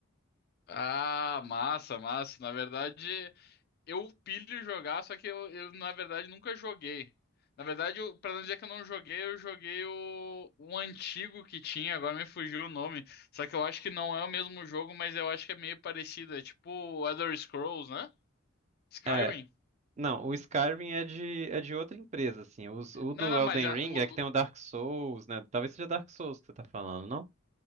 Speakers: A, on the left; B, on the right.
A: Ah, massa, massa. Na verdade, eu pilho jogar, só que eu, eu, na verdade, nunca joguei. Na verdade, eu, pra não dizer que eu não joguei, eu joguei o, o antigo que tinha, agora me fugiu o nome. Só que eu acho que não é o mesmo jogo, mas eu acho que é meio parecido. É tipo Elder Scrolls, né? Skyrim?
B: É, não, o Skyrim é de é de outra empresa, assim. Os- o
A: Não,
B: do
A: não,
B: Elden
A: mas a,
B: Ring
A: o,
B: é que tem
A: o-
B: o Dark Souls, né? Talvez seja Dark Souls que você tá falando, não?